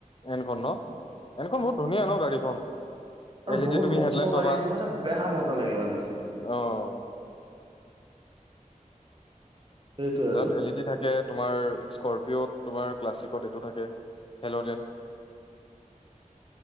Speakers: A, on the left; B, on the right.
A: এনখন ন এনখন বহুত ধুনীয়া ন গাড়ীখন। এল
B: আৰু বহুত
A: ই ডি তুমি
B: নষ্ট
A: হেডলাইট পাবা
B: লাগে কি মানে বেয়া মজা লাগে মানে।
A: অ',
B: সেইটোৱে আৰু
A: তাত এল ই ডি থাকে তোমাৰ স্কপিঅত তোমাৰ ক্লাছিকত এইটো থাকে হেল'জেন।
B: <inaudible>